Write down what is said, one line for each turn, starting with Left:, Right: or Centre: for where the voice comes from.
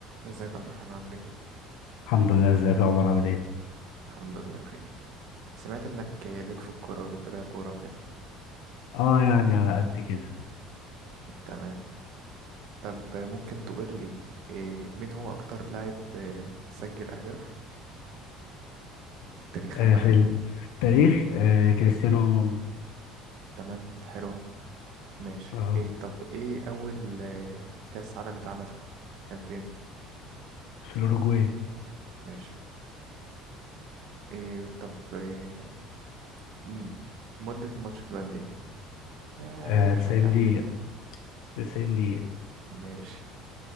Right: ازيك يا عبد الرحمن عامل ايه؟
Left: الحمد لله ازيك يا عمر عامل ايه؟
Right: الحمد لله بخير سمعت انك ليك في الكورة وبتتابع كورة وكده
Left: اه يعني على قد كده
Right: تمام طب ممكن تقول لي إيه مين هو اكتر لاعب إيه، سجل اهداف في التاريخ
Left: آه
Right: عامة
Left: في التاريخ آه كريستيانو رونالدو
Right: تمام حلو أهو. ماشي
Left: اه
Right: إيه طب ايه اول آه، كأس عالم اتعمل كان فين
Left: في الأوروجواي
Right: ماشي إيه طب إيه م- مدة الماتش بتبقى قد ايه يا
Left: آه
Right: ريح
Left: 90
Right: لك عن
Left: دقيقة
Right: الدنيا
Left: 90 دقيقة
Right: ماشي